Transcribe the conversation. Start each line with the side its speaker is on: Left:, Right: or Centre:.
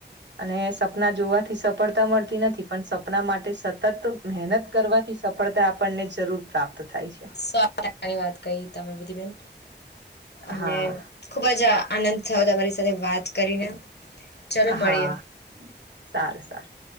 Right: અને સપના જોવાથી સફળતા મળતી નથી પણ સપના માટે સતત મહેનત કરવાથી સફળતા આપણને જરૂર પ્રાપ્ત થાય છે.
Left: સો ટકાની વાત કહી તમે વિધિબેન
Right: હા.
Left: અને ખુબ જ આનંદ થયો તમારી સાથે વાત કરીને ચલો મળીએ
Right: હા સારું સારું